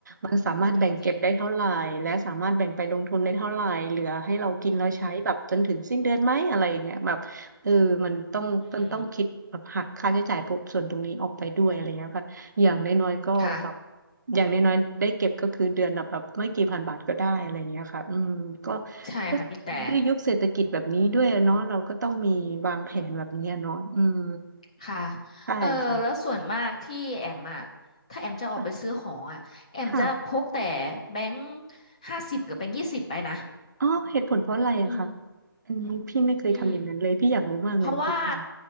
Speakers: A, on the right; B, on the left.
A: มันสามารถแบ่งเก็บได้เท่าไหร่และสามารถแบ่งไปลงทุนได้เท่าไหร่เหลือให้เรากินเราใช้แบบจนถึงสิ้นเดือนไหมอะไรอย่างเงี้ยแบบเออมันต้องมันต้องคิดแบบหักค่าใช้จ่ายพวกส่วนตรงนี้ออกไปด้วยอะไรเงี้ยค่ะ
B: จริงจริงอืมอืม
A: อย่างน้อยๆก็แบบ
B: ค่ะ
A: อย่างน้อยๆได้เก็บก็คือเดือนละแบบไม่กี่พันบาทก็ได้อะไรอย่างเงี้ยค่ะอืมก็
B: ใช่ค่ะพี่แต่
A: ก็ด้วยยุคเศรษฐกิจแบบนี้ด้วยเนาะเราก็ต้องมีวางแผนแบบนี้อะเนาะอืม
B: ค่ะ
A: ใช่ค่ะ
B: เออแล้วส่วนมากที่แอมอ่ะ ถ้าแอมจะออกไปซื้อของอ่ะ
A: ค่ะ
B: แอมจะพกแต่
A: ค่ะ
B: แบงค์ห้าสิบกับแบงค์ยี่สิบไปนะ
A: อ๋อเหตุผลเพราะอะไรอะคะ
B: อืม
A: อันนี้พี่ไม่เคยทำอย่างนั้นเลยพี่อยากรู้มากเลยเหตุผล
B: อืมเพราะว่า